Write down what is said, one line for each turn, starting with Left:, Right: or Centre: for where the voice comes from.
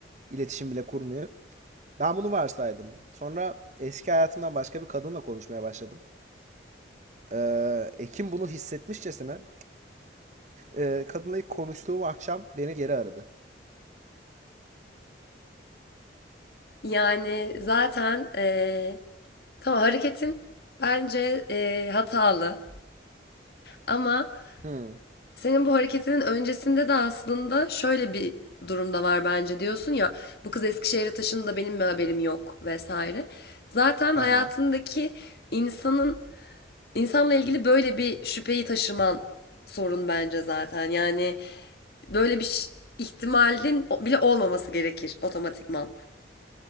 Right: İletişim bile kurmuyor. Ben bunu varsaydım. Sonra eski hayatımdan başka bir kadınla konuşmaya başladım. Ee, Ekim bunu hissetmişçesine e, kadınla ilk konuştuğum akşam beni geri aradı.
Left: Yani zaten eee, tamam hareketin bence eee, hatalı ama
Right: Hmm.
Left: senin bu hareketinin öncesinde de aslında şöyle bir durumda var bence diyorsun ya bu kız Eskişehir'e taşındı da benim bir haberim yok vesaire. Zaten
Right: Haha.
Left: hayatındaki insanın İnsanla ilgili böyle bir şüpheyi taşıman sorun bence zaten. Yani böyle bir ihtimalin bile olmaması gerekir otomatikman.